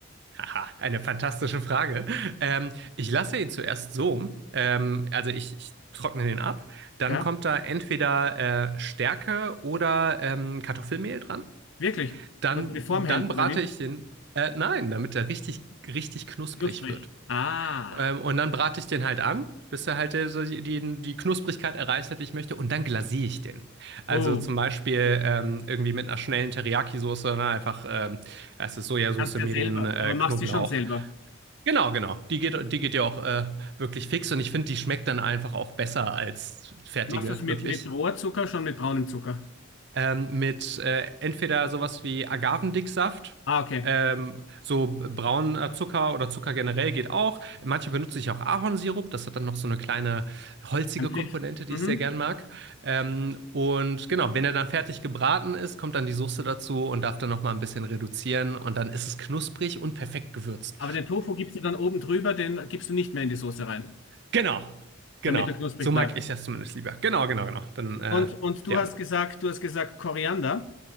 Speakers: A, on the right (about 55°); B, on the left (about 60°).
A: Aha, eine fantastische Frage. Ähm, ich lasse ihn zuerst so, ähm, also ich, ich trockne den ab. Dann
B: Ja,
A: kommt da entweder äh, Stärke oder ähm, Kartoffelmehl dran.
B: wirklich?
A: Dann,
B: Dass er die Form hält,
A: dann brate
B: oder wie?
A: ich den, äh, nein, damit er richtig, richtig knusprig
B: Knusprig.
A: wird.
B: Ah.
A: Ähm, und dann brate ich den halt an, bis er halt äh, so die, die die Knusprigkeit erreicht hat, die ich möchte. Und dann glasiere ich den. Also
B: Oh,
A: zum Beispiel ähm, irgendwie mit einer schnellen Teriyaki-Soße, ne? einfach, ähm, es ist Sojasauce,
B: kannst du
A: Mirin,
B: ja selber,
A: äh,
B: aber machst
A: Knoblauch
B: du schon selber.
A: Genau, genau. Die geht, die geht ja auch äh, wirklich fix und ich finde, die schmeckt dann einfach auch besser als fertige,
B: Machst du es mit,
A: wirklich.
B: mit Rohrzucker, schon mit braunem Zucker?
A: Ähm, mit äh, entweder sowas wie Agavendicksaft,
B: Ah, okay.
A: ähm, so brauner Zucker oder Zucker generell geht auch. Manche benutze ich auch Ahornsirup, das hat dann noch so eine kleine holzige
B: Ein Pfiff.
A: Komponente, die
B: Mhm.
A: ich sehr gern mag. Ähm, und genau, wenn er dann fertig gebraten ist, kommt dann die Soße dazu und darf dann noch mal ein bisschen reduzieren und dann ist es knusprig und perfekt gewürzt.
B: Aber den Tofu gibst du dann oben drüber, den gibst du nicht mehr in die Soße rein,
A: Genau, genau.
B: damit er knusprig
A: So
B: bleibt.
A: mag ich das zumindest lieber. Genau, genau, genau. Dann, äh,
B: Und, und du
A: ja.
B: hast gesagt, du hast gesagt Koriander.